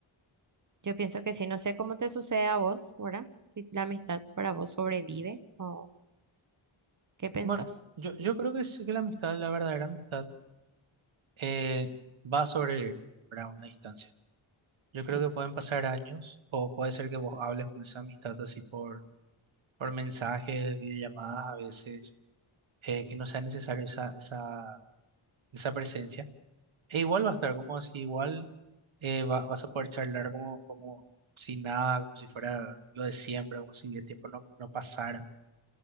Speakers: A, on the right; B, on the right.
A: yo pienso que sí, no sé cómo te sucede a vos, ¿verdad? Si la amistad para vos sobrevive o qué pensás.
B: Bueno, yo, yo creo que sí que la amistad, la verdadera amistad, eh, va a sobrevivir, ¿verdad? A una distancia. Yo creo
A: Sí,
B: que pueden pasar años o puede ser que vos hables con esa amistad así por, por mensajes, videollamadas a veces, eh, que no sea necesario esa, esa, esa presencia. E igual va a estar como si igual eh, va- vas a poder charlar como, como si nada, como si fuera lo de siempre, como si el tiempo no, no pasara.